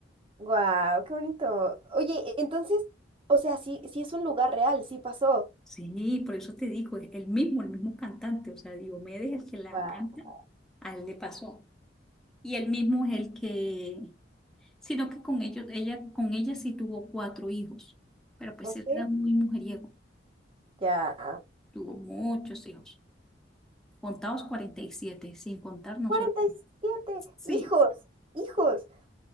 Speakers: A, on the right; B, in the centre.
A: Wow, qué bonito. Oye, entonces, o sea, sí, sí es un lugar real, sí pasó.
B: Sí, por eso te digo, es el mismo, el mismo cantante, o sea, Diomedes, el que la
A: Wow.
B: canta, a él le pasó. y él mismo es el que, sino que con ellos, ella, con ella sí tuvo cuatro hijos, pero pues
A: Ok.
B: él era muy mujeriego,
A: Ya.
B: tuvo muchos hijos, contados 47 sin contar no
A: cuarenta
B: sabemos.
A: y siete
B: Sí,
A: hijos, hijos.